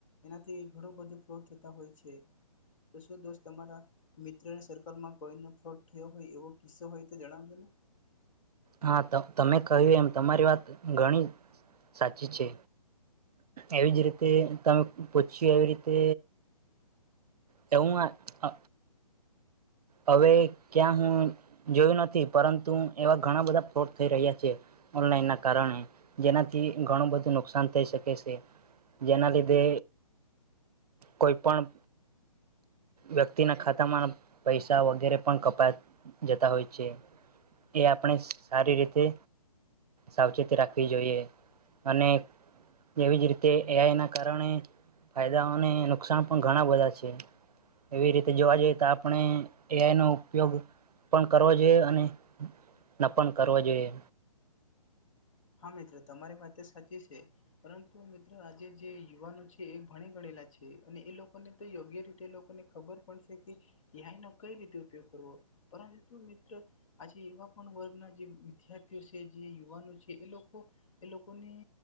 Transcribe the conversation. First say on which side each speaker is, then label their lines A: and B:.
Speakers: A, on the left; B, on the right.
A: એનાથી ઘણું બધો ફ્રોડ થતા હોય છે તો શું દોસ્ત તમારા મિત્ર સર્કલમાં કોઈનો ફ્રોટ થયો હોય એવો કિસ્સો હોય તો જણાવજો ને.
B: હા તમે કહ્યું એમ તમારી વાત ઘણી સાચી છે. એવીજ રીતે તમ પછી એવી રીતે તેવું હ અ હવે ક્યાં હું જોયું નથી પરંતુ એવા ઘણા બધા ફ્રોટ થઈ રહ્યા છે ઓનલાઈન ના કારણે જેનાથી ઘણું બધું નુકસાન થઈ શકે છે જેના લીધે કોઈ પણ વ્યક્તિના ખાતામાં પૈસા વગેરે પણ કપા જતા હોય છે એ આપણે સારી રીતે સાવચેતી રાખવી જોઈએ અને તેવી જ રીતે એઆઈ ના કારણે ફાયદાઓને નુકસાન પણ ઘણા બધા છે એવી રીતે જોવા જઈએ તો આપ પણે એ આઈ નો ઉપયોગ પણ કરવો જોઈએ અને ન પણ કરવો જોઈએ.
A: હા મિત્રો તમારી વાત તો સાચી છે પરંતુ મિત્ર આજે જે યુવાનો છે એ ભણી ગડેલા છે અને એ લોક ને તો યોગ્ય રીતે લોકોને ખબર પડશે કે એ આઈનો કઈ રીતે ઉપયોગ કરવો પરંતુ મિત્ર આજે એવા પણ વર્ગના જે વિદ્યાર્થીઓ છે જે યુવાનો છે. કે એ લોકો એ લોકોની